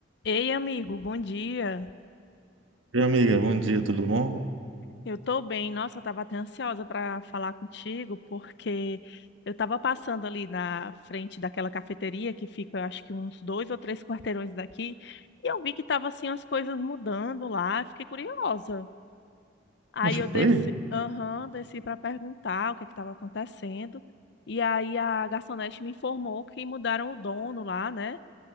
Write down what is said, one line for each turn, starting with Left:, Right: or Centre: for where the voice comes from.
Left: Ei, amigo, bom dia.
Right: E amiga, bom dia, tudo bom?
Left: Eu tô bem. Nossa, eu tava até ansiosa para falar contigo, porque eu tava passando ali na frente daquela cafeteria que fica, acho que uns dois ou três quarteirões daqui, e eu vi que tava assim as coisas mudando lá, fiquei curiosa. Aí
Right: Não ficou
Left: eu desci,
Right: aí?
Left: aham, desci para perguntar o que é que tava acontecendo. E aí a garçonete me informou que mudaram o dono lá, né?